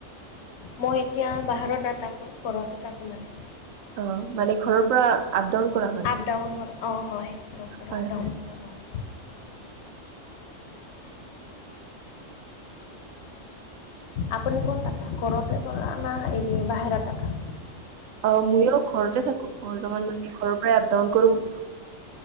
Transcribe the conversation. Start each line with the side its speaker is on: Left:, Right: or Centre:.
Left: মই এতিয়া বাহিৰত নথাকোঁ ঘৰতো থাকোঁ মানে
Right: অ মানে ঘৰৰ পৰা আপ ডাউন কৰা হয়
Left: আপ ডাউন কৰা অঁ হয় ক পৰা
Right: হয়।
Left: ডহন
Right: হয়।
Left: কৰা হয় আপুনি ক'ত াক ঘৰতে পৰানা এৰি বাহিৰৰ কা
Right: অ ময়ো ঘৰতে থাকো ঘৰমান মানে ঘৰৰ পৰাই আপ ডাউন কৰো বুলি